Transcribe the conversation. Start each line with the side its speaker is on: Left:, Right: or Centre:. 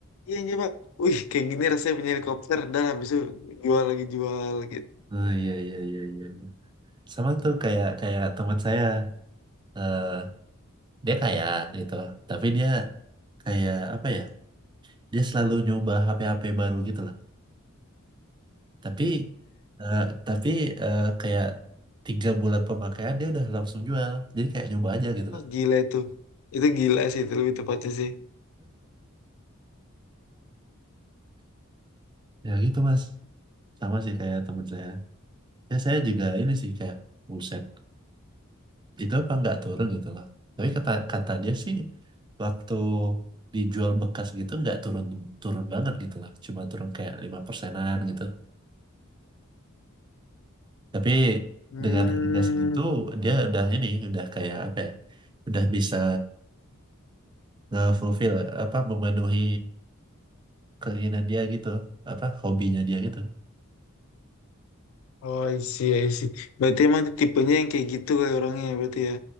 Left: iya nyoba. wih kayak gini rasanya punya helikopter dan habis itu jual lagi jual gitu
Right: Oh, iya, iya, iya, iya. Sama tuh kayak kayak teman saya. eh dia kaya gitu tapi dia kayak apa ya dia selalu nyoba HP-HP baru gitu loh tapi eh, tapi eh, kayak tiga bulan pemakaian dia udah langsung jual jadi kayak nyoba aja gitu
Left: oh,
Right: loh
Left: gila itu itu gila sih itu lebih tepatnya sih
Right: ya gitu mas sama sih kayak temen saya ya saya juga ini sih kayak buset itu apa nggak turun gitu loh tapi kata kata dia sih waktu dijual bekas gitu nggak turun turun banget gitu loh cuma turun kayak lima persenan gitu Tapi
Left: hmm
Right: dengan harga segitu dia udah ini udah kayak apa ya? Udah bisa nge-fulfill apa memenuhi keinginan dia gitu, apa hobinya dia gitu.
Left: oh I see, I see. berarti emang dia tipenya yang kayak gitu kayak orangnya ya, berarti ya